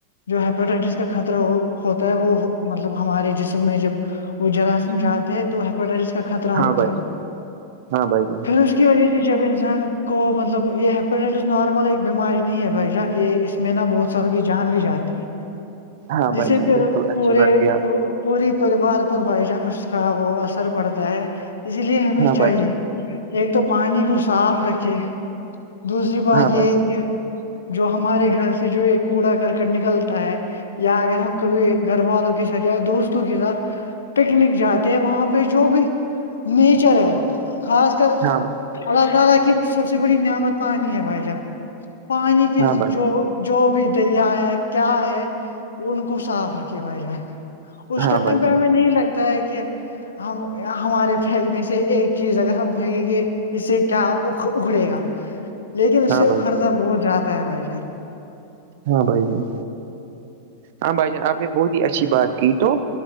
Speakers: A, on the left; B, on the right.
A: جو ہیپیٹائٹس کا خطرہ وہ ہوتا ہے وہ مطلب ہمارے جسم میں جب وہ جراثم جاتے ہیں تو ہیپاٹائٹس کا خطر ا
B: ہاں
A: ہوتا
B: بھائی
A: ہے
B: جان ہاں بھائی جان
A: پھر اس کی وجہ سے جب انسان کو مطلب یہ ہیپیٹٹس نارمل ایک بیماری نہیں ہے بھائی جان یہ اس میں نا بہت ساروں کی جان بھی جاتی ہے
B: <inaudible>
A: جسے
B: جان
A: پھر
B: بالکل
A: پورے
B: اچھی بات ہے آپ
A: <unintelligible> پوری پریوار پر بائی جان اس کا وہ اثر پڑتا ہے اس لیے ہمی
B: ہاں
A: ں چاہیے
B: بھائی
A: <unintelligible> ایک تو پانی کو صاف رکھے دوسری بات
B: ہاں بھائی
A: یہ ہے کہ جو ہمارے گھر سے جو یہ کوڑا کرک نکلتا ہے <unintelligible> یا اگر ہم کبھی گھر والوں کے ساتھ یا دوستوں کے ساتھ پکنک جاتے ہیں وہاں پہ جو بھی نیچر ہے خاص اللہ
B: ہاں بھائی
A: تعالا کی سب سے بڑی نعمت پانی ہے بھائیشاہ <unintelligible> پانی کے
B: ہاں بھائی
A: جو <unintelligible> جو بھی دریا ہے کیا ہے ان کو صاف رکھے ب جان <unintelligible> اس
B: ہاں
A: ٹائم
B: بھائی
A: پہ
B: جان
A: ہمیں نہیں لگتا ہے کہ ہم ہمارے پھینکنے سے ایک چیز اگر ہم پھینکیں گے اس سے کیا اکھڑے گا لیکن اس
B: ہاں
A: سے اکھڑتا
B: بھائی
A: بہت زیادہ ہے بھائی جان
B: ہاں بھائی جن ہاں بھائی جان آپ نے بہت ہی اچھی بات کی تو